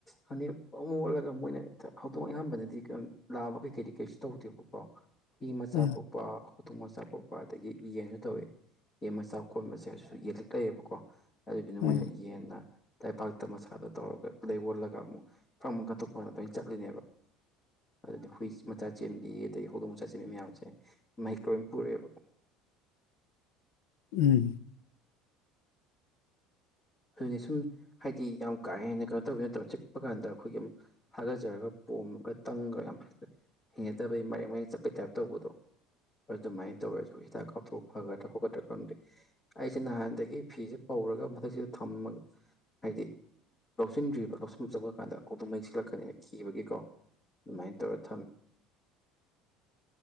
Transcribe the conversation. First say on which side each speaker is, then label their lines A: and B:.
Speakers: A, on the left (about 25°); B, on the left (about 85°).
A: ꯐꯅꯦꯛ ꯑꯃꯨꯛ ꯑꯣꯠꯂꯒ ꯃꯣꯏꯅ ꯍꯧꯗꯣꯡ ꯑꯌꯥꯝꯕꯅꯗꯤ ꯀꯩꯅꯣ ꯂꯥꯛꯑꯕ ꯀꯩ ꯀꯩꯗꯤ ꯀꯩꯁꯨ ꯇꯧꯗꯦꯕ ꯑꯣ ꯍ ꯃꯆꯥ
B: ꯎꯝ
A: ꯄꯣꯄ ꯊꯨꯝ ꯃꯆꯥ ꯄꯣꯛꯄ ꯑꯗꯒꯤ ꯌꯦꯟꯁꯨ ꯇꯧꯋꯤ ꯌꯦꯟ ꯃꯆꯥ ꯀꯣꯟꯕꯁꯦꯁꯨ ꯌꯦꯟ ꯂꯤꯛ ꯂꯩꯌꯦꯕꯀꯣ ꯑꯗꯨꯗꯨꯅ ꯃꯣꯏꯅ
B: ꯎꯝ
A: ꯌꯦꯟꯅ ꯂꯩꯄꯥꯛꯇ ꯃꯁꯥꯗꯣ ꯇꯧꯔꯒ ꯂꯩ ꯑꯣꯣꯜꯂꯒ ꯑꯃꯨꯛ ꯐꯪꯕ ꯀꯟꯊꯣꯛꯄ ꯂꯣꯏ ꯆꯠꯂꯤꯅꯦꯕ ꯑꯗꯨꯗꯤ ꯍꯨꯏ ꯃꯆꯥ ꯆꯦꯟꯕꯤ ꯑꯗꯒꯤ ꯍꯧꯗꯣꯡ ꯃꯆꯥ ꯆꯦꯟꯕꯤ ꯃꯌꯥꯝꯁꯦ ꯃꯍꯤꯛ ꯂꯣꯏ ꯄꯨꯔꯛꯑꯦꯕ
B: ꯎꯝ
A: ꯑꯗꯨꯅꯤ ꯁꯨꯝ ꯍꯥꯏꯗꯤ ꯌꯥꯝ ꯀꯥ ꯍꯦꯟꯅ ꯀꯩꯅꯣ ꯇꯧꯒꯦ ꯅꯠꯇ꯭ꯔ ꯆꯤꯛꯄ ꯀꯥꯟꯗ ꯑꯩꯈꯣꯏꯒꯤ ꯍꯥꯒꯠꯆꯔꯒ ꯄꯣꯝꯃꯒ ꯇꯪꯒ ꯌꯥꯝ ꯍꯅꯗꯕꯩ ꯃꯔꯦꯛ ꯃꯔ ꯆꯠꯄꯩ ꯇꯥꯏꯞ ꯇꯧꯕꯗꯣ ꯑꯗꯨꯃꯥꯏꯅ ꯇꯧꯋꯦꯁꯨ ꯍꯤꯗꯥꯛ ꯀꯥꯞꯊꯣꯛ ꯐꯒꯗ꯭ꯔꯥ ꯈꯣꯠꯀꯗ꯭ꯔꯥ ꯈꯪꯗꯦ ꯑꯩꯁꯦ ꯅꯍꯥꯟꯗꯒꯤ ꯐꯤꯁꯦ ꯄꯧꯔꯒ ꯃꯊꯛꯁꯤꯗ ꯊꯝꯃꯒ ꯍꯥꯏꯗꯤ ꯂꯧꯁꯤꯟꯗ꯭ꯔꯤꯕ ꯂꯧꯁꯤꯟ ꯆꯕ ꯀꯥꯟꯗ ꯑꯣꯗꯣꯝ ꯃꯩꯁꯤꯂꯛ ꯀꯅꯤ ꯀꯤꯕꯒꯤꯀꯣ ꯑꯗꯨꯃꯥꯏꯅ ꯇꯧꯔꯦꯠ